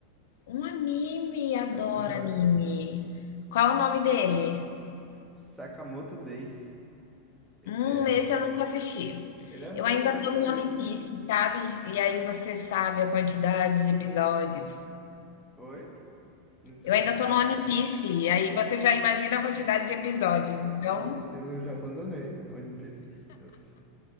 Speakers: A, on the left; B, in the centre.
A: Um anime, adoro
B: Aham.
A: anime. Qual é o nome dele?
B: Sakamoto Days.
A: Hum,
B: É.
A: esse eu nunca assisti.
B: Ele é novo
A: Eu ainda
B: no Netflix.
A: tô no One Piece, sabe? E aí você sabe a quantidade de episódios.
B: Oi? Não, desculpa.
A: Eu ainda
B: Não.
A: tô no One Piece, e aí você já imagina a quantidade de episódios.
B: Hum,
A: Então,
B: Deus do livro, eu já abandonei o One Piece. Eu s-